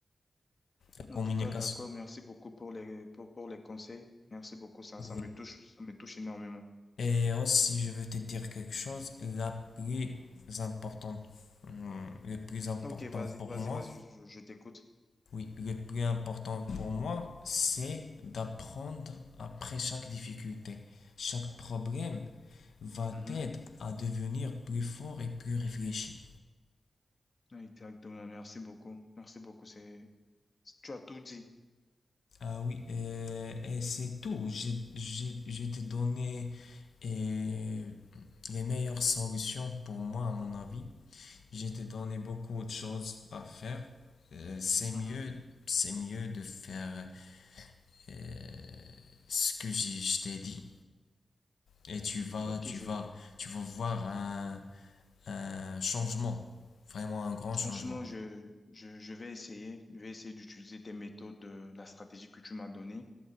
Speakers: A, on the left; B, on the left.
A: La communication.
B: En tout cas, d'accord. Merci beaucoup pour les, pour, pour les conseils. Merci beaucoup. Ça,
A: Oui.
B: ça me touche, ça me touche énormément.
A: Et aussi, je veux te dire quelque chose, la plus importante, hum, le plus important
B: Ok, vas-y,
A: pour
B: vas-y,
A: moi,
B: vas-y, je, je- je t'écoute.
A: Oui, le plus important pour moi, c'est d'apprendre après chaque difficulté. Chaque problème va t'aider
B: Mhm.
A: à devenir plus fort et plus réfléchi.
B: Exactement. Merci beaucoup. Merci beaucoup. C'est, tu as tout dit.
A: Ah oui, euh, et c'est tout. Je, je- je t'ai donné euh, les meilleures solutions pour moi, à mon avis. Je t'ai donné beaucoup de choses à faire. Euh, c'est mieux,
B: Mhm.
A: c'est mieux de faire euh, ce que j'ai- je t'ai dit. Et tu vas,
B: Ok,
A: tu
B: je,
A: vas, tu vas voir un, un changement, vraiment un grand changement.
B: Franchement, je, je, je vais essayer. Je vais essayer d'utiliser tes méthodes, euh, la stratégie que tu m'as donnée.